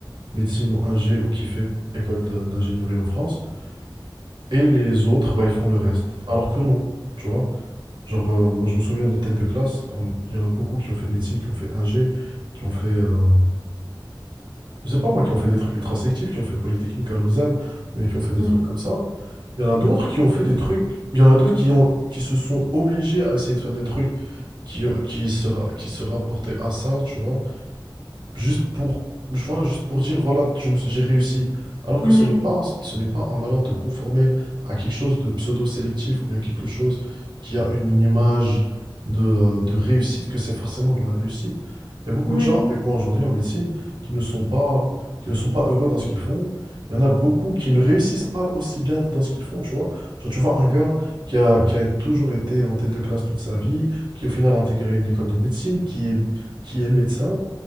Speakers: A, on the right; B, on the left.
A: médecine ou ingé, ou qui fait école de- d'ingénierie en France, et les autres, bah, ils font le reste. Alors que non, tu vois. Genre, euh, moi, je me souviens de nos têtes de classe, on- il y en a beaucoup qui ont fait médecine, qui ont fait ingé, qui ont fait euh, je sais pas, moi, qui ont fait des trucs ultra sélectifs, qui ont fait Polytechnique à Lausanne, ou bien qui ont fait des
B: mm,
A: trucs comme ça. Il y en a d'autres qui ont fait des trucs. Il y en a d'autres qui ont, qui se sont obligés à essayer de faire des trucs qui, qui se, ra- qui se rapportaient à ça, tu vois. Juste pour, je- voilà, juste pour dire, voilà, je me- j'ai réussi. Alors
B: Ouais,
A: que ce n'est pas, en- ce n'est pas en allant te conformer à quelque chose de pseudo-sélectif ou bien quelque chose qui a une, une image de, euh, de réussite que c'est forcément de la réussite. Il y a beaucoup
B: ouais,
A: de gens avec moi aujourd'hui en médecine qui ne sont pas, qui ne sont pas heureux dans ce qu'ils font. Il y en a beaucoup qui ne réussissent pas aussi bien dans ce qu'ils font, tu vois. Genre, tu vois un gars qui a, qui a toujours été en tête de classe toute sa vie, qui au final a intégré une école de médecine, qui est, qui est médecin